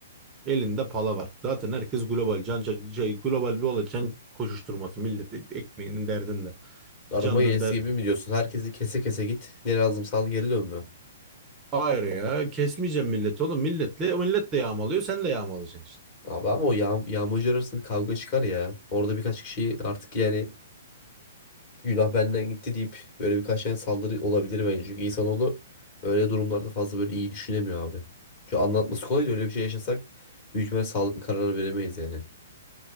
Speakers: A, on the right (about 20°); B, on the left (about 35°).
A: Elinde pala var. Zaten herkes global. Can, can- şey, global bir olay. Can koşuşturması millet ekmeğinin derdinde.
B: Arama
A: Canının
B: gelesi
A: derdinde.
B: gibi mi diyorsun? Herkesi kese kese git. Ne lazımsa al geri dön mü?
A: Hayır ya kesmeyeceğim milleti oğlum. Milletle, millet de yağmalıyor sen de yağmalayacaksın işte.
B: Abi ama o yağ yağmurcu arasında bir kavga çıkar ya. Orada birkaç kişi artık yani günah benden gitti deyip böyle birkaç tane saldırı olabilir bence. Çünkü insanoğlu öyle durumlarda fazla böyle iyi düşünemiyor abi. Çünkü anlatması kolay da öyle bir şey yaşasak büyük ihtimalle sağlıklı karar veremeyiz yani.